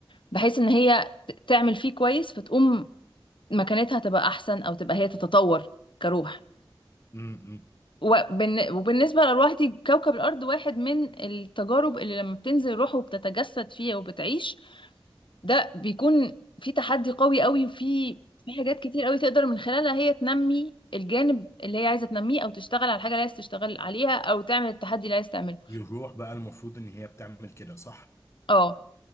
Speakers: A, on the left; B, on the left.
A: بحيث إن هي ت- تعمل فيه كويس فتقوم مكانتها تبقى أحسن أو تبقى هي تتطور كروح
B: امم
A: وبالن- وبالنسبة للأرواح دي كوكب الأرض واحد من التجارب اللي لما بتنزل روحه وبتتجسد فيها وبتعيش ده بيكون في تحدي قوي قوي وفي في حاجات كتير قوي تقدر من خلالها هي تنمي الجانب اللي هي عايزه تنميه او تشتغل على الحاجه اللي عايز تشتغل عليها او تعمل التحدي اللي عايز تعمله
B: يروح بقى المفروض ان هي بتعمل كده صح
A: اه